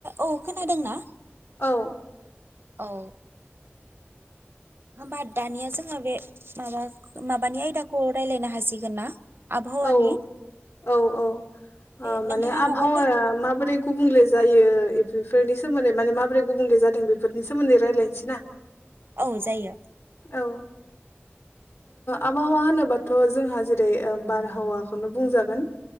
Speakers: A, on the right; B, on the left.
A: औ खोनादोंना?
B: औ
A: औ होमबा दानिया जों जोंङो बे माबा माबानि आयदाखौ रायजलायनो हासिगोन ना। आबहावानि
B: औ औ औ
A: बे नोंथाङा
B: माने आबहावाया
A: माबाफोर
B: माबोरै गुबुंले जायो बेफोरनि सोमोन्दै माने माबोरै गुबुंले जादों बेफोरनि सोमोन्दै रायलायनोसै ना।
A: औ जायो।
B: औ आबहावा ओ होनोबाथ जोंहा जेरै बारहावाखौनो बुंजागोन।